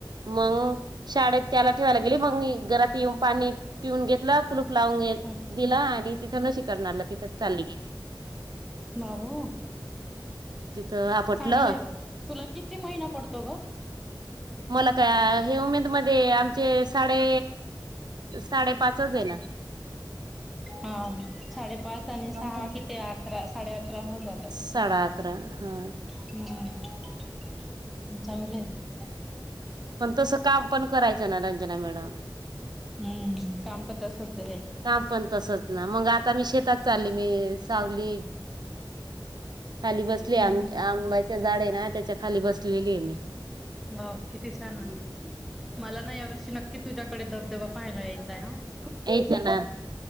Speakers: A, on the right; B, in the centre.
A: मंग. शाळेत त्याला ठेवायला गेली, मंग घरात येऊन पाणी पिऊन घेतलं कुलूप लावून घे
B: हम्म
A: दिला आणि तिथं लसी करणारला तिथं चालली गेली
B: मग ओ?
A: तिथं आपटलं
B: चांगलं आहे मग, तुला किती महिना पडतो ग?
A: मला काय हे उमेद मध्ये आमचे साडे साडे पाच च आहे ना.
B: हा साडेपाच आणि
A: ना
B: सहा किती अकरा साडे -अकरा होऊन जात
A: साडे -अकरा, हा
B: हम्म, चांगलं हाय काय ग, शितू ताई
A: पण तस काम पण करायचं ना रंजना मॅडम.
B: हम्म, काम पण तसच हायय
A: काम पण तसच ना, मग आता मी शेतात चालली मी सावली खाली बसली
B: हम्म
A: आ आंब्याचे झाड आहे ना त्याच्या खाली बसलेली आहे मी.
B: वाव किती छान ना मला ना यावर्षी नक्की तुझ्याकडे धबधबा पाहायला यायचा आहे ह..
A: यायच ना